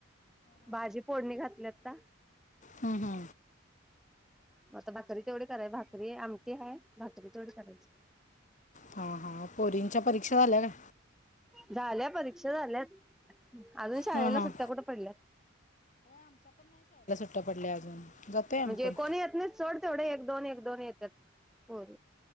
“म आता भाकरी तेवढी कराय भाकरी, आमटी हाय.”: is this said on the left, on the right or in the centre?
Centre